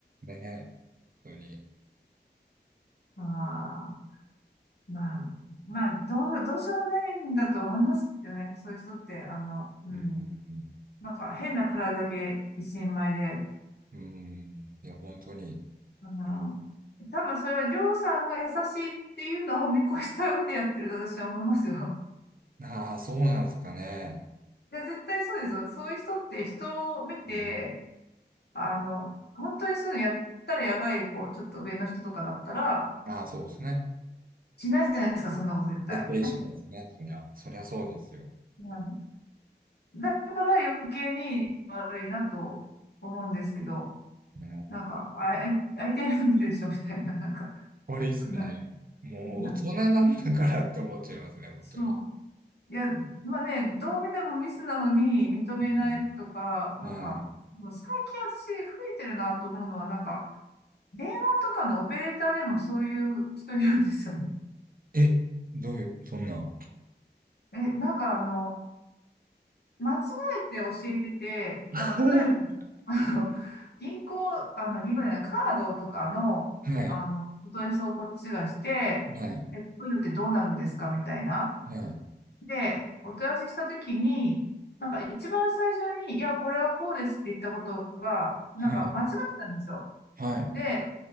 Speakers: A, on the right; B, on the left.
A: ね、本当に。
B: まあ、まあ、まあ、どう、どうしようもないんだと思いますよね。そういう人って、あの、うん。
A: うん、うん、
B: なんか変なプライドだけ一人前で、
A: うんうんいや、本当に。
B: あの、多分それはりょうさんが優しいっていうのを見越した上でやってると私は思いますよ。
A: ああ、そうなんですかね。
B: で、絶対そうですよ。そういう人って人を見て、
A: うん
B: あの、本当にそういうのやったらやばい、こう、ちょっと上の人とかだったら、
A: ああ、そうですね。
B: しないじゃないですか、そんなこと絶対。
A: 絶対しないですね。そりゃ、そりゃそうですよ。
B: うん、だから余計に悪いなと思うんですけど、
A: ね、
B: なんか、あ、あい相手選んでるでしょ、みたいな、なんか、
A: これいいですね。
B: <laughs> な
A: もう大人なんだからって思っちゃいますね、
B: な
A: 本当に。
B: そう。いや、まあね、どう見てもミスなのに認めないとか、
A: は
B: なんか、
A: い。はい
B: もう最近私増えてるなと思うのは、なんか、電話とかのオペレーターでもそういう人いるんですよね。
A: え、どういう、そんな。
B: <laughs> え、なんかあの、間違えて教えてて、
A: <laughs>
B: なんか例えば、
A: は
B: <laughs> あの、銀行、あの、銀行じゃない、カードとかの、
A: い、
B: あの、お問い合わせをこっちがして、
A: はい、
B: え、こういうのってどうなるんですかみたいな。
A: はい、
B: で、お問い合わせしたときに、なんか一番最初に、いや、これはこうですって言ったことが、なんか間違ってたんですよ。
A: はい、はい、
B: で、